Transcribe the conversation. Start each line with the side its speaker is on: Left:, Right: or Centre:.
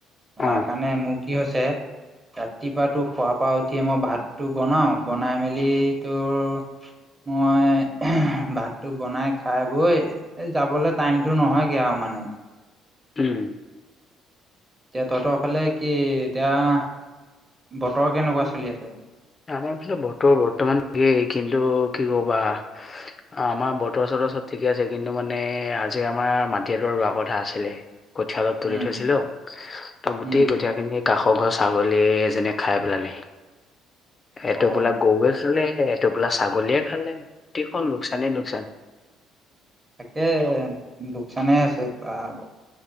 Right: মাৰ
Left: অ
Right: কাৰণে মোৰ কি হৈছে ৰাতিপুৱাটো শুৱা পা উঠিয়েই মই ভাতটো বনাও, বনাই মেলি তোৰ মই ভাতটো বনাই খাই বৈ যাবলে টাইমতটো নহয়গে আৰু মান নে।
Left: উম।
Right: এতিয়া তহঁতৰ ফালে কি এতিয়া বতৰ কেনেকুৱা চলি আছে?
Left: আমাৰ আচতে বতৰ বৰ্তমান ঠিকেই কিন্তু কি কবা আমাৰ বতৰ ওচত চব ঠিকে আছে, কিন্তু মানে আজি আমাৰ মাটি এডৰ ৰোৱা কথা আছিলে। কঠীয়া অলপ তুলি
Right: উম
Left: থৈছিলো, ত গোটেই
Right: উম
Left: কঠিয়া খিনি কাষৰ ঘৰ ছাগলী এজনীয়ে খাই পেলালিহি, এইটো
Right: অ
Left: বোলা গৰুৱে চালে এইটোপোলা ছাগলীয়ে খালে, গোটেখন লোকচানে লোকচান।
Right: তাকে লোকচানে আছে তাকো।